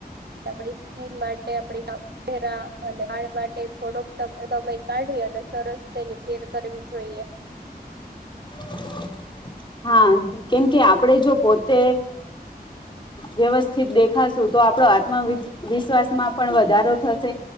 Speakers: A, on the right; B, on the left.
A: આપ માટે આપરા અને, વાળ માટે થોડોક સમય કાઢી અને સરસ તેની કેર કરવી જોઈએ
B: <inaudible> હા, કેમ કે આપણેે જો પોતે વ્યવસ્થિત દેખાશું તો આપણે આત્માવિશ્વાસ માં પણ વધારો થશે